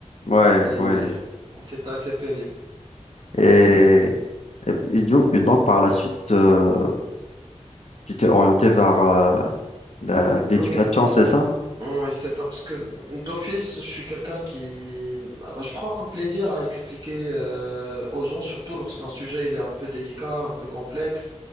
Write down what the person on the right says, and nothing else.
Et
c'était assez pénible.
Hum,
Oui, c'est ça, parce que mm, d'office, je suis quelqu'un qui... ah, bah, Je prends un plaisir à expliquer euh, aux gens, surtout lorsqu'un sujet il est un peu délicat, un peu complexe.